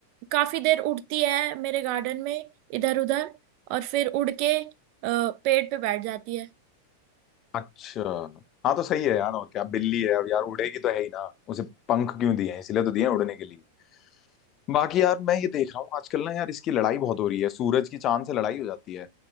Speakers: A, on the right (about 45°); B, on the left (about 35°).
A: काफी देर उड़ती है मेरे गार्डन में इधर उधर और फिर उड़ के अ, पेड़ पे बैठ जाती है
B: अच्छा हाँ तो सही है यार और क्या बिल्ली है और यार उड़ेगी तो है ही ना उसे पंख क्यों दिए हैं इसलिए तो दिए हैं उड़ने के लिए बाकी यार मैं ये देख रहा हूँ आजकल ना यार इसकी लड़ाई बहुत हो रही है सूरज की चांद से लड़ाई हो जाती है